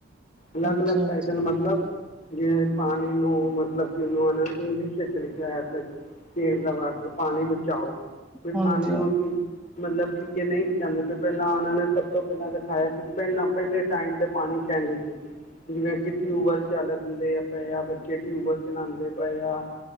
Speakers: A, in the centre; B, on the left.
A: ਹਾਂਜੀ
B: ਅਲਗ ਅਲੱਗ
A: ਹਾਂਜੀ
B: ਟਾਈਟਲ ਮਤਲਬ ਜ ਪਾਣੀ ਨੂੰ ਮਤਲਬ ਕਿ ਉਹਨੂੰ ਨੇ ਇੰਗਲਿਸ਼ ਵਿੱਚ ਲਿ ਕੇ ਆਇਆ ਸੀ ਸਰ ਦਾ ਵਾਟਰ ਪਾਣੀ ਬਚਾਓ ਫਿਰ
A: ਹਾਂਜੀ
B: ਪਾਣੀ ਨੂੰ
A: ਹਾਂ
B: ਅਸੀਂ ਮਤਲਬ ਕੀਟੀਕੇ ਨਹੀਂ ਬਚਾਉਂਦੇ ਪ ਪਹਿਲਾਂ ਉਹਨਾਂ ਨੇ ਸਭ ਤੋਂ ਪਹਿਲਾਂ ਦਿਖਾਇਆ ਕਿ ਪਹਿਲਾਂ ਪਹਿਲੇ ਟਾਈਮ ਤੇ ਪਾਣੀ ਕੈਂਦੇ ਸੀ ਜਿਵੇਂ ਕਿ ਟਿਊਬਵੈਲ ਚੱਲਦੇ ਪਏ ਆ ਬੱਚੇ ਟਿਊਬਵੈੱਲ ਚਲਾਉਂਦੇ ਪਏ ਆ